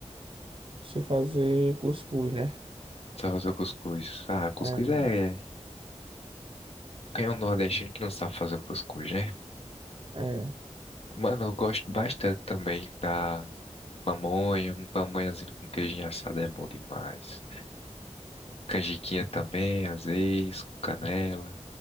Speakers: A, on the right; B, on the left.
A: Sei fazer cuscuz, né?
B: Sabe fazer o cuscuz? Ah, cuscuz
A: É,
B: é... Quem é um nordestino que não sabe fazer o cuscuz, né?
A: é,
B: Mano, eu gosto bastante também da pamonha. Um pamonhazinho com queijinho assado é bom demais. Canjiquinha também, às vezes, com canela.